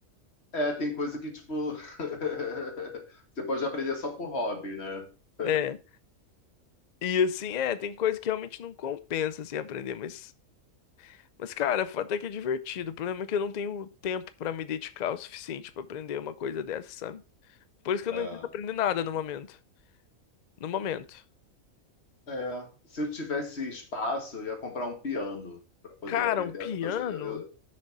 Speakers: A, on the left; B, on the left.
A: É, tem coisa que, tipo, <laughs> você pode aprender só por hobby, né? Sabe?
B: É. E assim, é, tem coisa que realmente não compensa assim aprender, mas Mas, cara, foi até que é divertido. O problema é que eu não tenho tempo pra me dedicar o suficiente pra aprender uma coisa dessa, sabe? Por isso que
A: É.
B: eu não
A: É.
B: tento aprender nada no momento. No momento.
A: É, Se eu tivesse espaço, eu ia comprar um piano para poder
B: Cara,
A: aprender.
B: um piano
A: a to- Eu, já- eu, eu-